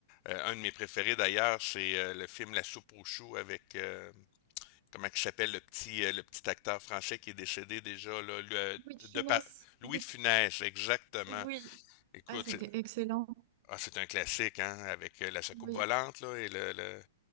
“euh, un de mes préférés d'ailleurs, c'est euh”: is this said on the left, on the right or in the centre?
Left